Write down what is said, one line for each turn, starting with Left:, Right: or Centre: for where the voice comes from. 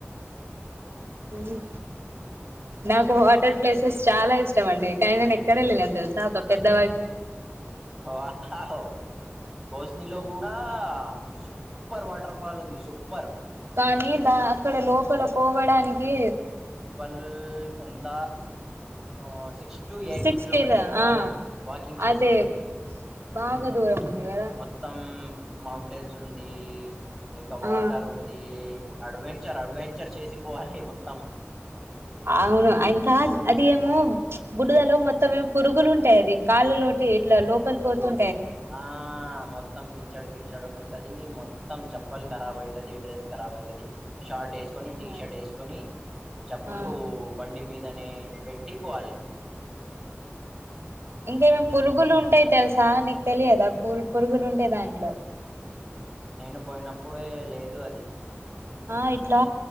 Right: మ్ నాకు హాటెడ్ ప్లేసెస్ చాలా ఇష్టం అండి కానీ నేను ఎక్కడ వెళ్ళినాను తెలుసా ఒక పెద్దవ
Centre: వావ్ భోసనిలో కుడా సూపర్ వాటర్ ఫాల్ ఉంది సూపర్
Right: కానీ దా అక్కడ లోపల పోవడానికి
Centre: ఏ ఎంత ఆ సి six to eight
Right: six
Centre: kilometres
Right: kilo
Centre: పోవాలి
Right: ఆ
Centre: వాకింగ్ చేసి
Right: అదే బాగా దూరం ఉంది కదా
Centre: మొత్తం మౌంటైన్స్ ఉంది ఇంకా వాటర్
Right: ఆ
Centre: ఉంది అడ్వెంచర్ అడ్వెంచర్ చేసి పోవాలి మొత్తం
Right: అవును ఇంకా అది ఏమో బుడుదలో మొత్తం ఏ పురుగులు ఉంటాయి అది కాళ్ళలోటి ఇట్లా లోపలి పోతు
Centre: ఆ మొత్తం కిచ్చాడు కిచ్చాడు ఉంటది మొత్తం చెప్ప ఖరాబ్ ఇయితేది డ్రెస్ ఖరాబ్ అయితేది షార్ట్ వేసుకొని
Right: ఆ
Centre: టీ షర్ట్ వేసుకొని చెప్పులు
Right: ఆ
Centre: బండి మీద దని పెట్టి పోవాలి
Right: ఇంకేమమి పురుగులు ఉంటాయి తెలుసా నీకు తెలియదా పు పురుగులు ఉంటాయి దాంట్లో
Centre: నేను పోయినప్పుడు లేదు అది
Right: ఆ ఇట్లా